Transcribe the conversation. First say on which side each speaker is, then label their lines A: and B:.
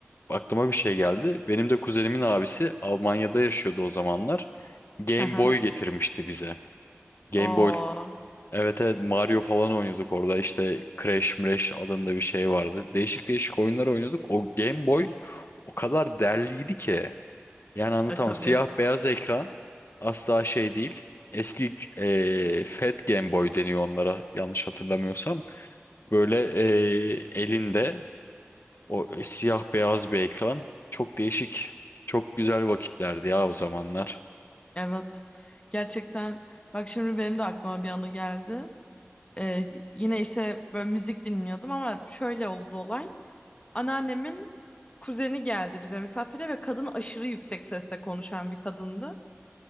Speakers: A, on the left; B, on the left.
A: Aklıma bir şey geldi. Benim de kuzenimin abisi Almanya'da yaşıyordu o zamanlar. Game
B: Hı hı.
A: Boy getirmişti bize. Game
B: Oo.
A: Boy. Evet evet Mario falan oynuyorduk orada. İşte Crash Mrash adında bir şey vardı. Değişik değişik oyunlar oynuyorduk. O Game Boy o kadar derliydi ki. Yani anlatamam.
B: E tabii.
A: Siyah beyaz ekran asla şey değil. Eski eee Fat Game Boy deniyor onlara yanlış hatırlamıyorsam. Böyle eee, elinde o e, siyah beyaz bir ekran. Çok değişik. Çok güzel vakitlerdi ya o zamanlar.
B: Evet. Gerçekten bak şimdi benim de aklıma bir anı geldi. Ee, yine işte böyle müzik dinliyordum ama şöyle oldu olay. Anneannemin kuzeni geldi bize misafire ve kadın aşırı yüksek sesle konuşan bir kadındı.